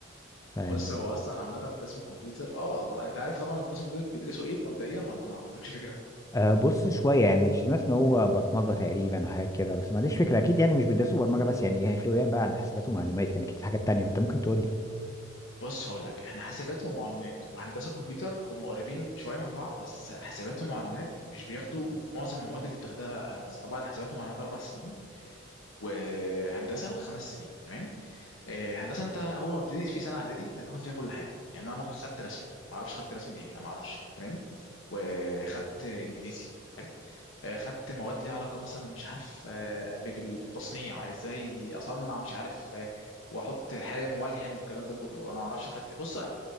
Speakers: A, on the left (about 15°); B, on the left (about 80°).
A: يعني
B: بص هو اصلا عامه قسم كمبيوتر اه طبعا انت عارف طبعا قسم كمبيوتر بيدرسوا ايه مبدئيا ولا ما ما عندكش فكره
A: آه، بص شويه يعني سمعت ان هو برمجه تقريبا حاجه كده بس ما عنديش فكره اكيد يعني مش بيدرسوا برمجه بس يعني إيه هيفرقوا ايه بقى عن حاسبات ومعلومات يعني اكيد في حاجات تانية انت ممكن تقول لي
B: بص هقول لك احنا حاسبات ومعلومات وهندسه كمبيوتر هم قريبين شويه من بعض بس حاسبات ومعلومات مش بياخدوا معظم المواد اللي بتاخدها هندسه طبعا حاسبات ومعلومات اربع سنين وهندسه خمس سنين تمام آه، هندسه انت اول ما بتبتدي في سنه اعدادي انت بتاخد فيها كل حاجه يعني انا ممكن خدت رسم ما اعرفش خدت رسم ليه انا ما اعرفش تمام وخدت انجليزي آه، خدت مواد ليها علاقه مثلا مش عارف آه، ب- بال- بالتصنيع ازاي اصنع مش عارف آه، واحط حالم والحم والكلام ده كله انا ما اعرفش خدت بص انا